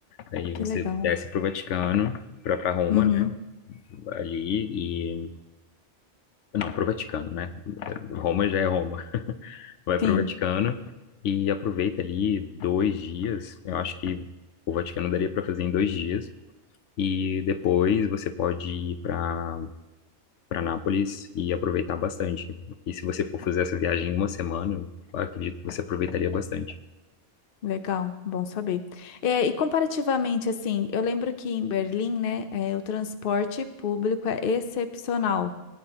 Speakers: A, on the left; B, on the left.
A: aí
B: que
A: você
B: legal.
A: desce para o Vaticano, para Roma,
B: Uhum,
A: né? Ali e não, para o Vaticano, né? Roma já é Roma. vai
B: sim.
A: para o Vaticano e aproveita ali dois dias. Eu acho que o Vaticano daria para fazer em dois dias. E depois você pode ir para para Nápoles e aproveitar bastante. E se você for fazer essa viagem em uma semana, eu acredito que você aproveitaria bastante.
B: Legal, bom saber. É, e comparativamente, assim, eu lembro que em Berlim, né, é, o transporte público é excepcional.